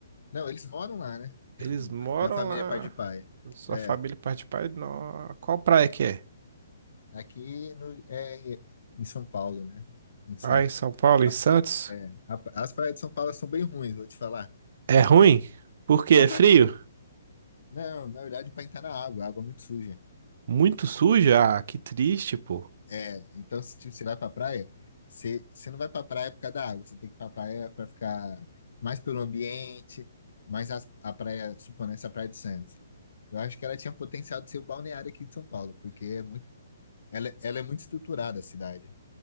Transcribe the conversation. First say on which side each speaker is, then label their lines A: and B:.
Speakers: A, on the left; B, on the right.
A: Não, eles moram lá, né?
B: Eles
A: <laughs>
B: moram
A: Minha família
B: lá.
A: é pai de pai.
B: Sua
A: É,
B: família parte de pai? Não. Qual praia que é?
A: aqui no, é em São Paulo, né? Em Santos.
B: Ah, em São Paulo,
A: A-
B: em Santos?
A: é, a- as praias de São Paulo são bem ruins, vou te falar.
B: É ruim? Porque
A: Porra!
B: é frio?
A: Não, na verdade, para entrar na água, a água é muito suja.
B: Muito suja? Ah, que triste, pô.
A: É, então se tipo, você vai pra praia, você, você não vai pra praia por causa da água, você tem que ir pra praia pra ficar mais pelo ambiente, mais a, a praia, supondo essa praia de Santos. Eu acho que ela tinha potencial de ser o balneário aqui de São Paulo, porque é muito, ela, ela é muito estruturada a cidade.